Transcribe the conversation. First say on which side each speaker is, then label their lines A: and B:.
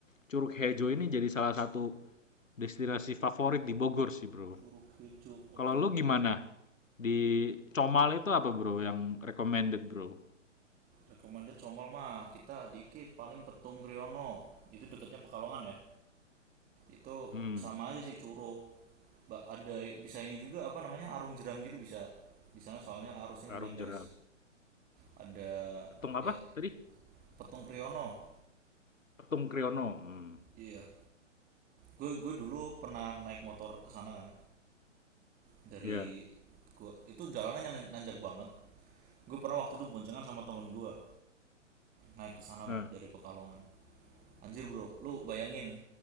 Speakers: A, on the left (about 85°); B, on the right (about 20°).
A: Curug Hejo ini jadi salah satu destinasi favorit di Bogor sih, Bro.
B: Curug Hijau,
A: Kalau
B: oke
A: lu
B: oke.
A: gimana? Di Comal itu apa bro yang recommended bro?
B: Recommended Comal mah kita dikit paling Petung Kriono itu dekatnya Pekalongan ya. Itu
A: Hmm,
B: sama aja sih Curug. Ba- ada bisa ini juga apa namanya arung jeram gitu bisa di sana soalnya arusnya
A: Karung
B: lumayan deras.
A: jeram.
B: Ada
A: Petung
B: ya
A: apa tadi?
B: Petung Kriono.
A: Petung Kriono. Hmm,
B: Iya. gue gue dulu pernah naik motor ke sana kan dari
A: iya.
B: gue itu jalanannya nan- nanjak banget gue pernah waktu itu boncengan sama temen gue naik ke sana lah
A: Nah,
B: dari Pekalongan anjir bro lu bayangin